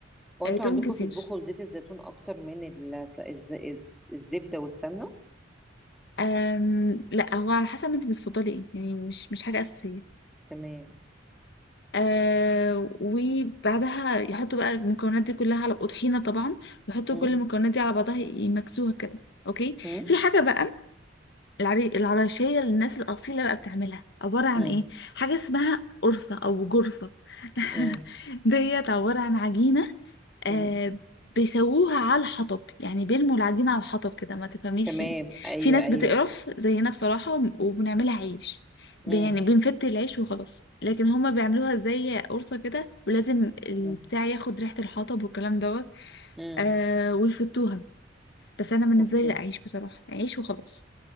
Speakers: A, in the centre; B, on the left.
A: وأنتوا
B: آه، توم
A: عندكم
B: كتير
A: بتطبخوا بزيت الزيتون أكتر من ال... الز... الز... الزبدة والسمنة
B: أم... لا هو على حسب انت بتفضلي ايه يعني مش مش حاجه اساسيه
A: تمام
B: آه وبعدها يحطوا بقى المكونات دي كلها على طحينة طبعا ويحطوا
A: امم
B: كل المكونات دي على بعضها يمكسوها كده اوكي
A: امم
B: في حاجة بقى العري... العراشية للناس الأصيلة بقى بتعملها عبارة عن
A: امم
B: ايه حاجة اسمها قرصة أو جرصة <laughs>
A: امم
B: ديت عبارة عن عجينة آه
A: أمم.
B: بيسووها على الحطب يعني بيلموا العجينة على الحطب كده ما تفهميش
A: تمام
B: يعني
A: أيوة
B: في ناس
A: أيوة
B: بتقرف زينا بصراحة وب- وبنعملها عيش ب-
A: امم
B: يعني بنفت العيش وخلاص لكن هما بيعملوها زي قرصة كده ولازم البتاع
A: امم
B: ياخد ريحة الحطب والكلام دوت
A: امم
B: آه ويفتوها بس أنا بالنسبة
A: أوكي
B: لي لا عيش بصراحة عيش وخلاص